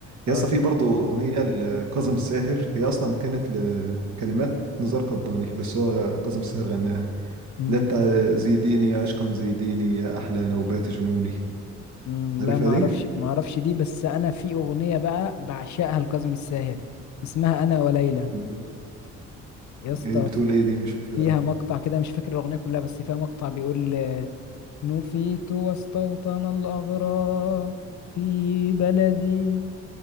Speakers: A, on the right; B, on the left.
A: يا
B: اه
A: اسطى في برضه اغنية لكاظم الساهر هي اصلا كانت لكلمات نزار قباني بس هو كاظم الساهر غناها
B: امم
A: اللي هي بتاع زيديني يا عشقا زيديني يا احلى نوبات جنوني
B: أمم،
A: عارفها
B: لا ما
A: دي؟
B: اعرفش ما اعرفش دي بس انا في اغنيه بقى بعشقها لكاظم الساهر اسمها انا وليلى
A: اللي هي-
B: يا اسطى
A: ايه بتقول ايه دي مش فاكرها
B: فيها مقطع كده مش فاكر الاغنيه كلها بس فيها مقطع بيقول نفيت واستوطن الأغراب في بلدي